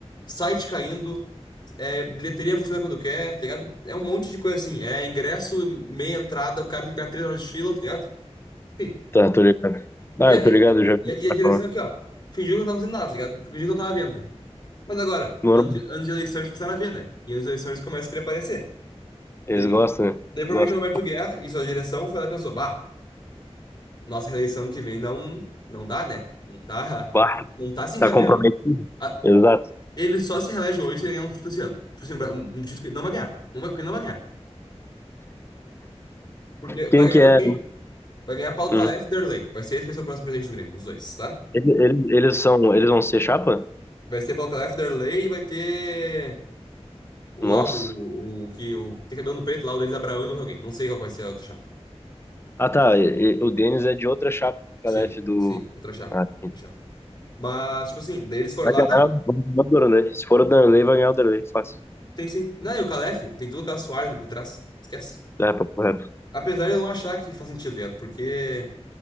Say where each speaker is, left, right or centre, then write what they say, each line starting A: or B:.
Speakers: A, on the left; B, on the left.
A: site caindo, é, bilheteria funciona quando quer, tá ligado? É um monte de coisa assim. É ingresso, meia entrada, o cara tem que pegar três horas de fila, tá ligado? Enfim.
B: Tá, tô ligado.
A: E
B: Ah,
A: a,
B: eu
A: e,
B: tô
A: a,
B: ligado, eu já vi
A: e a
B: o
A: e a
B: cara
A: direção
B: falar.
A: aqui, ó. Fingiu que não tava fazendo nada, tá ligado? Fingiu que não tava vendo. Mas agora,
B: Normal.
A: anos de, anos de eleições começaram a ver, né? E anos de eleições começam a querer aparecer. Daí,
B: Eles gostam, né?
A: daí provavelmente
B: Gostam.
A: o Roberto Guerra e sua direção foi lá e pensou, bah. nossa reeleição ano que vem não, não dá, né? Não tá,
B: Bah,
A: não tá se encaminhando.
B: tá comprometido.
A: A-
B: Exato.
A: Ele só se reelege hoje se ele ganhar um título esse ano. Por exemplo, um, um um título que ele não vai ganhar. Não vai, porque ele não vai ganhar. Porque vai
B: Quem
A: ganhar,
B: que é?
A: sabe quem? Vai ganhar Paulo
B: Hum.
A: Calef e Derlei. Vai ser esse vai ser o próximo presidente do Grêmio, os dois, tá?
B: Ele- ele- Eles, são, eles vão ser chapa?
A: Vai ser Paulo Calef, Derlei e vai ter o lá,
B: Nossa.
A: o, o, o que o, que tem cabelo no peito lá, o Denis Abraão e mais alguém. Não sei qual vai ser a outra chapa.
B: Ah, tá. e- e- o Denis é de outra chapa do Calef
A: Sim,
B: do.
A: sim, outra chapa.
B: Ah, sim.
A: Outra chapa. Mas, tipo assim, daí eles foram
B: Vai
A: lá,
B: ganhar,
A: não.
B: vai ganhar o Danley. Se for o Danley, vai ganhar o Danley. Fácil.
A: Tem sim. Não, e o Calef, tem tudo o Carlos Soares ali por trás. Esquece.
B: É, papo reto.
A: Apesar de eu não achar que faz sentido, tá ligado? Porque